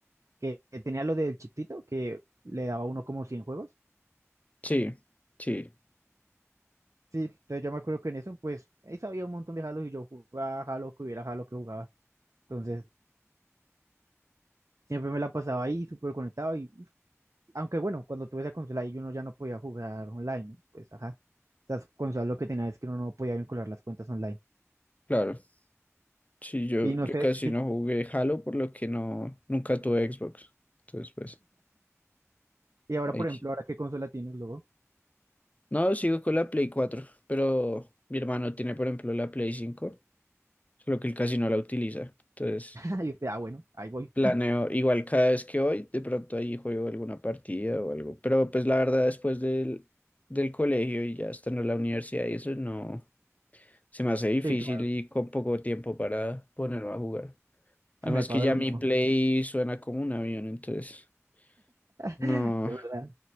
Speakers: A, on the right; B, on the left.
A: que, que tenía lo del chiptito que le daba a uno como cien juegos
B: Sí, sí,
A: Sí, entonces yo me acuerdo que en eso, pues, ahí sabía un montón de Halo y yo jugaba Halo, que hubiera Halo que jugaba. Entonces, siempre me la pasaba ahí, súper conectado. Y aunque bueno, cuando tuve esa consola ahí, uno ya no podía jugar online, ¿no? Pues, ajá. Esas consolas lo que tenía es que uno no podía vincular las cuentas online.
B: claro. Sí, yo,
A: Y no
B: yo
A: sé
B: casi
A: si,
B: no jugué Halo, por lo que no, nunca tuve Xbox. Entonces, pues,
A: y ahora,
B: ahí
A: por ejemplo,
B: sí.
A: ahora qué consola tienes luego.
B: No, sigo con la Play cuatro, pero mi hermano tiene, por ejemplo, la Play cinco, solo que él casi no la utiliza. Entonces,
A: <laughs> Y usted, ah, bueno, ahí voy.
B: Planeo, igual cada vez que voy, de pronto ahí juego alguna partida o algo. Pero pues la verdad, después del, del colegio y ya estando en la universidad y eso, no, se me hace difícil
A: Sí, claro,
B: y con poco tiempo para ponerme a jugar.
A: <laughs>
B: Además
A: me pasa
B: que ya
A: lo
B: mi
A: mismo.
B: play suena como un avión, entonces, no,
A: Es verdad.